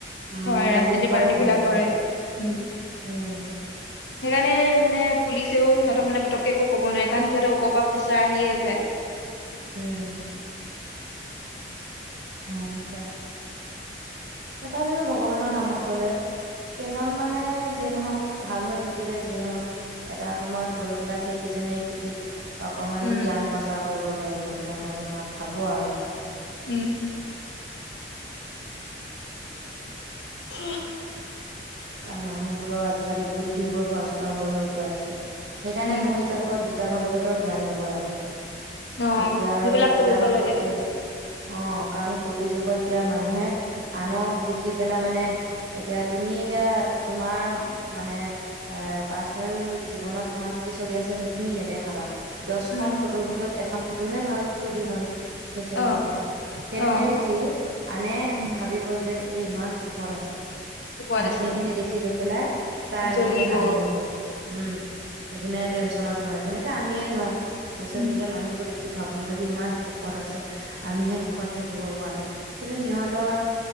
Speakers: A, on the right (about 75°); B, on the left (about 80°).
A: উম,
B: হয়
A: মানে
B: ৰাজনীতি
A: লিংকৰে
B: পাৰ্টি বিলাক
A: হয় আৰু
B: কৰে উম
A: উম,
B: সেইকাৰণে মানে পুলিচে ও সিহঁতক মানে পটকে একো ক'ব নোৱাৰে কাৰণ সিহঁতৰওপৰ পৰা প্ৰেছাৰ আহিয়ে যায়
A: উম অ এতিয়া তথাপিও ভগৱানৰ নামত গলে কেইজন মানে যিয়ে নহক ভাল হৈ থাকিলে যিয়ে নহক এটা সময়ত গৈ পেলাই সেইকেইজনে কি ঠিক অকমান
B: উম,
A: জ্ঞান প্ৰচাৰ কৰিব পাৰিব তেনেকুৱা যেন ভাবো আৰু
B: উম উ
A: কাৰণ মানুহবোৰৰ আজিকালি বুদ্ধিবোৰ ভ্ৰষ্ট হৈ হৈ গৈ আছে সেইকাৰণে
B: উম,
A: মোৰ হিচাপত গ গীতা ভাগৱতৰ জ্ঞান ল'ব লাগে
B: অ',
A: এতিয়া আৰু
B: সেইবিলাক
A: গীতা
B: পঢ়িব
A: ভাগৱতী
B: লাগে।
A: অ কাৰণ কলি যুগত এতিয়া মানুহে আনক দেখি পেলাই মানে এতিয়া তুমিয়ে এতিয়া তোমাৰ মানে পাৰ্চনেল জীৱনত তোমাৰ কি চলি আছে সেইটো তুমি নেদেখাবা। দহখন
B: উম,
A: ফটোৰ ভিতৰত এখন এখন ফটোহে ভালটো দিম আমি। ছচিয়েল
B: অ',
A: মিডিয়াত সেইটোকে
B: অ',
A: দেখি আনে
B: উম,
A: ভাবিব যে এই ইমান সুখত আছে।
B: সুখত
A: তাই
B: আছে
A: সেইখিনি দেখি লৈ পেলাই তাই
B: জ্বলিব
A: সেইপিনে কান্দি মৰিব।। উম, সেইপিনে টেনচন নত মৰে। যেনেকে আমিয়ে ন চচিয়েল
B: উম,
A: মিডিয়াৰ মানুহবোৰ দেখি ভাবোঁ ইহঁতি ইমান সুখ সুখত আছে। আমিহে সুখত থাকিব পৰা নাই। কিন্তু সিহঁতৰ